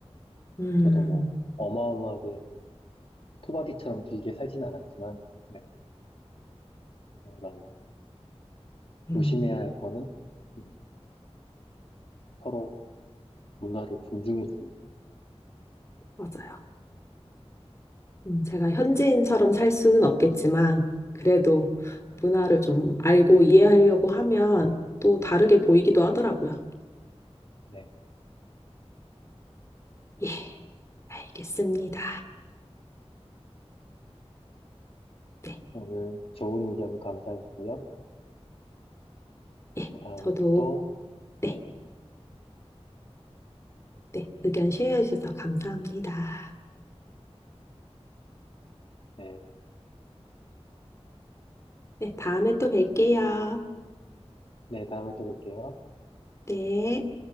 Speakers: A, on the left; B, on the left.
A: 음,
B: 저도 뭐 어마어마하게 토박이처럼 길게 살진 않았지만, 네. 어, 라는 거.
A: 음,
B: 조심해야 할 거는, 음, 서로 문화를 존중해 주는 거.
A: 맞아요. 음, 제가 현지인처럼 살 수는 없겠지만, 그래도 문화를 좀 알고 이해하려고 하면 또 다르게 보이기도 하더라고요.
B: 네.
A: 예, 알겠습니다. 네,
B: 오늘 좋은 의견 감사했고요.
A: 예,
B: 다음에
A: 저도,
B: 또,
A: 네,
B: 네.
A: 네, 의견 쉐어해 주셔서 감사합니다.
B: 네.
A: 네, 다음에 또 뵐게요.
B: 네, 다음에 또 뵐게요.
A: 네.